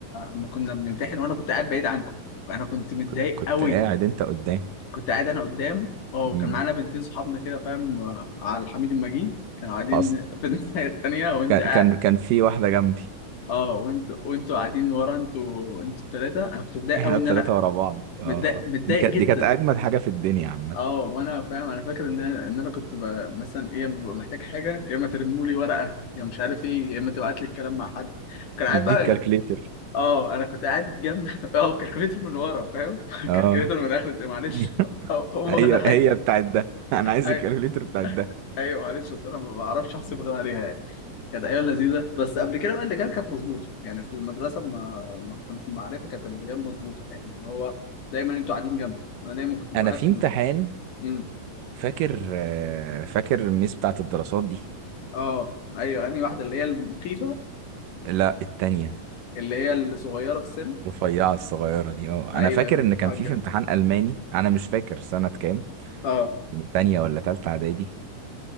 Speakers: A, on the left; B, on the right.
A: اما كنا بنمتحن وانا كنت قاعد بعيد عنكم انا كنت متضايق
B: كنت كنت
A: قوي
B: قاعد انت قدام
A: كنت قاعد انا قدام اه
B: مم.
A: وكان معانا بنتين صحابنا كده فاهم آه، على الحميد المجيد كانوا قاعدين
B: حصل
A: <laughs> في الناحيه التانيه وانت
B: كان
A: قاعد
B: كان كان في واحدة جنبي
A: اه وانت وانتوا قاعدين ورا انتوا انتوا الثلاثه انا كنت متضايق
B: احنا
A: قوي
B: الثلاثة
A: ان انا
B: ورا بعض اه
A: متضايق متضايق
B: دي كانت
A: جدا
B: دي كانت اجمد حاجة في الدنيا عامة
A: اه وانا فاهم انا فاكر ان انا ان انا كنت بقى مثلا ايه لما ببقى محتاج حاجه يا اما ترنوا لي ورقه يا مش عارف ايه يا اما تبعت لي الكلام مع حد كان قاعد
B: نديك
A: بقى
B: كالكليتر
A: اه انا كنت قاعد جنب <laughs> اه كالكوليتر من ورا فاهم <laughs>
B: اه
A: كالكوليتر من اخر الد- معلش
B: <laughs>
A: اه هو
B: هي
A: ولا حاجه
B: هي بتاعت ده انا عايز
A: أي-
B: الكالكليتر بتاعت ده
A: ايوه معلش بس انا ما بعرفش احسب غير عليها يعني كانت ايام لذيذه بس قبل كده بقى اللي كان كانت مظبوطه يعني في المدرسه ما ما كنا في المعرفه كانت اللي كانت مظبوطه يعني اللي هو دايما انتوا قاعدين جنبي انا دايما كنت ببقى
B: انا
A: قاعد
B: في
A: في
B: امتحان
A: المدرسة. إمم.
B: فاكر آه، فاكر الميس بتاعت الدراسات دي
A: اه ايوه انهي واحده اللي هي المخيفه
B: لا التانية
A: اللي هي الصغيره في السن
B: رفيعة الصغيرة دي اه
A: ايوه
B: انا فاكر
A: المحجبه
B: ان كان في في امتحان الماني انا مش فاكر سنة كام
A: اه
B: يعني تانية ولا تالتة اعدادي